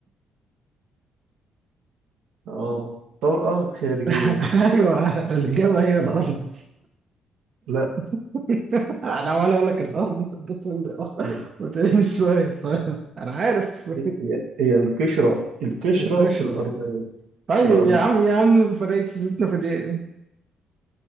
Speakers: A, on the right; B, on the right.
A: اه طبقة خارجية
B: <laughs>
A: ها؟
B: ايوه الاجابه هي الارض
A: لا
B: <laughs> انا عمال اقول لك الارض أنت بتقول لي آه،
A: لا.
B: قلت لي السؤال طيب انا عارف <laughs>
A: هي هي القشرة القشرة
B: القشره
A: الأرضية
B: طيب
A: مش الأرض
B: يا عم يا عم فرقت زيتنا في دقيقه